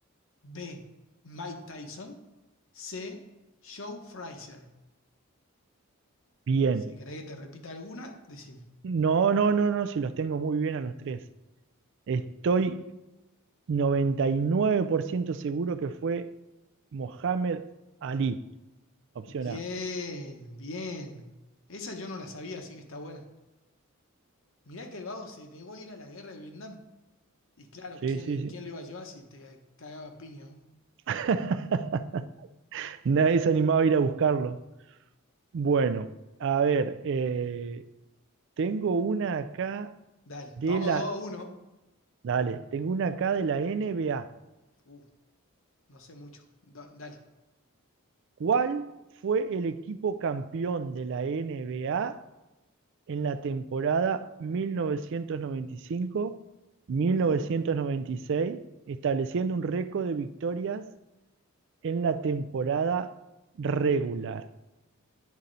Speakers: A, on the left (about 60°); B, on the right (about 55°).
A: B. Mike Tyson, C. Joe Frazier.
B: Bien.
A: Si querés que te repita alguna, decime.
B: No, no, no, no, si los tengo muy bien a los tres. Estoy 99% seguro que fue Mohamed Ali, opción
A: Bien,
B: A.
A: bien. Esa yo no la sabía, así que está buena. Mirá que el vago se negó a ir a la guerra de Vietnam. Y claro,
B: Sí,
A: ¿quién,
B: sí, sí.
A: quién lo iba a llevar si te cagaba a piña? ¿no?
B: <laughs> Nadie se animaba a ir a buscarlo. Bueno, a ver, eh, tengo una acá
A: Dale,
B: de
A: vamos
B: la...
A: dos a uno.
B: Dale, tengo una acá de la NBA.
A: Uh, no sé mucho. Da- dale.
B: ¿Cuál fue el equipo campeón de la NBA en la temporada 1995-1996,
A: Uh,
B: estableciendo un récord de victorias en la temporada regular.